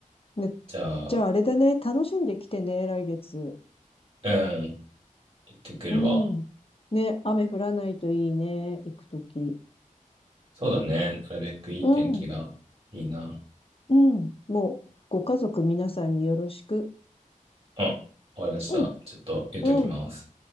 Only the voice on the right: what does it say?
じゃあ、
うん、行ってくるわ。
そうだね。なるべくいい天気がいいな。
あ、終わりました。
ちょっと言っときます。